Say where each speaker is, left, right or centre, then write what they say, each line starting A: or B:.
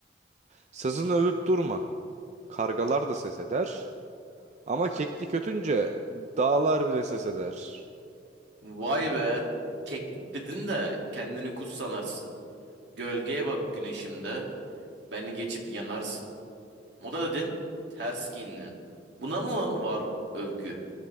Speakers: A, on the right (about 40°); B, on the right (about 70°).
A: Sazını övüp durma. Kargalar da ses eder. Ama kekli kötünce dağlar bile ses eder.
B: Vay be. Keklik dedin de kendini kuş sanarsın. Gölgeye bak güneşimde. Beni geçip yanarsın. Moda dedin. Ters giyindin. Buna mı var övgü?